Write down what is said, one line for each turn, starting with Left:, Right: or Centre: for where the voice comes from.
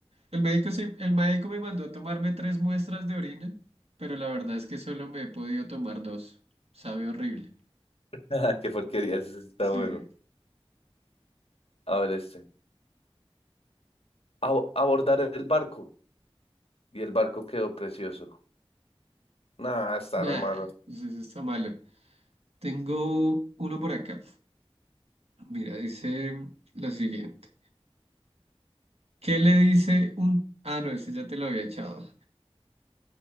Right: El médico, se- el médico me mandó a tomarme tres muestras de orina, pero la verdad es que solo me he podido tomar dos. Sabe horrible.
Left: <laughs> Qué porquería, ese sí está
Right: Sí.
Left: bueno. A ver este. Ab- abordar el barco. Y el barco quedó precioso. Nah, está
Right: Nah,
Left: re malo.
Right: pues eso sí está malo. Tengo uno por acá. Mira, dice lo siguiente. ¿Qué le dice un... Ah, no, ese ya te lo había echado.